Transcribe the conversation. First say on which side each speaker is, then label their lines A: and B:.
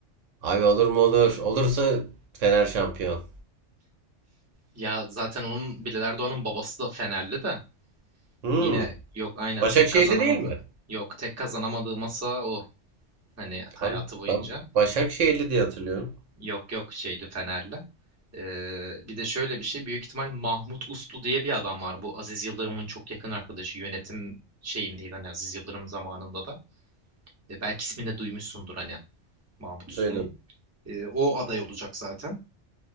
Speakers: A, on the right; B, on the right.
A: Abi olur mu olur. Olursa Fener şampiyon.
B: Ya zaten onun Bilal Erdoğan'ın babası da Fenerli de.
A: Hmm.
B: Yine yok aynen
A: Başakşehirli
B: tek kazanamadı.
A: değil mi?
B: Yok tek kazanamadığı masa o. Hani hayatı
A: Abi
B: boyunca.
A: ben Başakşehirli diye hatırlıyorum.
B: Yok yok şeyli Fenerli. Ee, bir de şöyle bir şey. Büyük ihtimal Mahmut Uslu diye bir adam var. Bu Aziz Yıldırım'ın çok yakın arkadaşı. Yönetim şeyindeydi hani Aziz Yıldırım zamanında da. E, belki ismini de duymuşsundur hani Mahmut Uslu'nun.
A: Duydum.
B: E, o aday olacak zaten.